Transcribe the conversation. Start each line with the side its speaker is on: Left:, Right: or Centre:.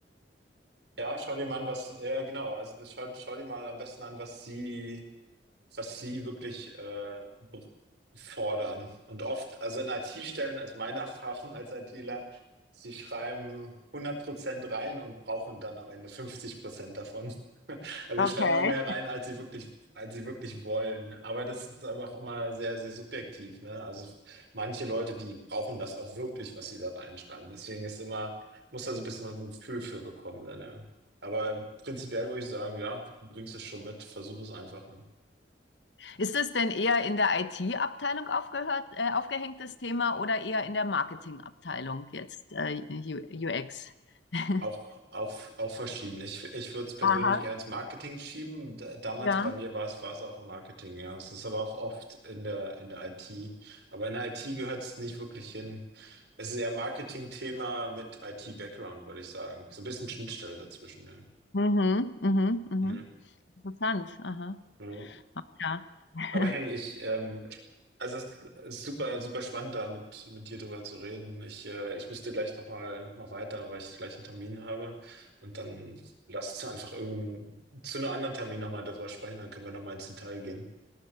Right: Ja, schau dir mal an, was, ja genau, also das schau, schau dir mal am besten an, was sie was sie wirklich äh, be- fordern. Und oft, also in IT-Stellen ist meine Erfahrung als ITler, sie schreiben hundert Prozent rein und brauchen dann am Ende 50% davon. <laughs> Also
Left: Okay.
Right: sie schreiben immer mehr rein, als sie wirklich, als sie wirklich wollen. Aber das ist aber auch immer sehr, sehr subjektiv, ne? Also manche Leute, die brauchen das auch wirklich, was sie da reinschreiben. Deswegen ist immer, muss da so ein bisschen ein Gefühl für bekommen, ne? Aber prinzipiell würde ich sagen, ja, du bringst es schon mit, versuch es einfach, ne?
Left: Ist es denn eher in der IT-Abteilung aufgehört, äh, aufgehängt, das Thema oder eher in der Marketing-Abteilung jetzt, äh, U- UX? <laughs>
Right: Auch, auch, auch verschieden. Ich, ich würde es persönlich
Left: Aha,
Right: eher ins Marketing schieben. D damals
Left: ja.
Right: bei mir war es, war es auch im Marketing, ja. Es ist aber auch oft in der, in der IT. Aber in der IT gehört es nicht wirklich hin. Es ist eher Marketing-Thema mit IT-Background, würde ich sagen. So ein bisschen Schnittstelle dazwischen, ne?
Left: Mhm, mhm, mhm.
Right: Ja.
Left: Interessant. Aha,
Right: ja.
Left: ja. <laughs>
Right: Aber hey, ich, ähm, also es ist super, super spannend, da mit, mit dir drüber zu reden. Ich, äh, ich müsste gleich nochmal noch mal noch mal weiter, weil ich gleich einen Termin habe. Und dann lass uns einfach irgend zu einem anderen Termin nochmal darüber sprechen, dann können wir nochmal ins Detail gehen.